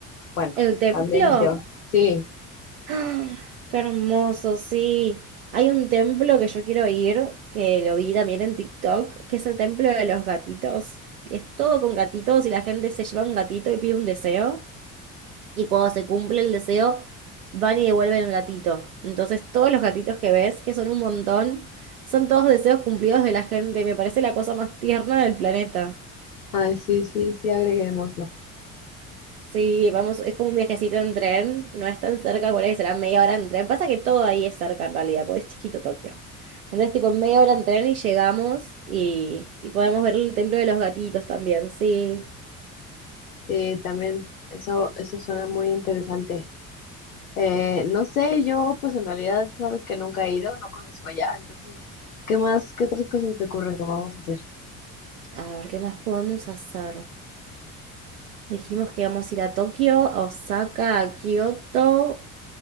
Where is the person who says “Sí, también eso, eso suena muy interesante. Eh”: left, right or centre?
Left